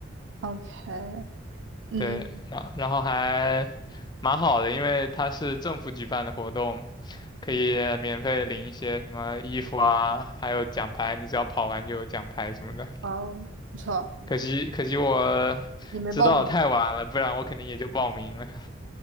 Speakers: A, on the right; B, on the left.
A: ？OK，嗯，
B: 对，然然后还蛮好的，因为它是政府举办的活动，可以免费领一些什么衣服啊，还有奖牌，你只要跑完就有奖牌什么的。
A: 哦，不错，
B: 可惜可惜我
A: 你没报名。
B: 知道得太晚了，不然我肯定也就报名了。